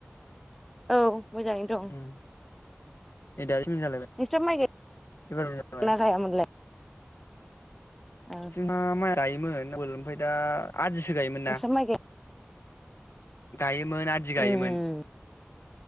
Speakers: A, in the centre; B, on the left (about 85°).
A: औ मोजाङैनो दं
B: उम नै दासो मोजां जालायबाय
A: नोंसा माइ गाय
B: एबार मोजां जाबाय
A: ना गायामोनलाय? ओ
B: जोंहा माइ गायोमोन आगोल ओमफ्राय दा! आदिसो गायोमोन
A: नोंस्रा
B: ना?
A: माइ गाय
B: गायो मोन आदि गायोमोन
A: उम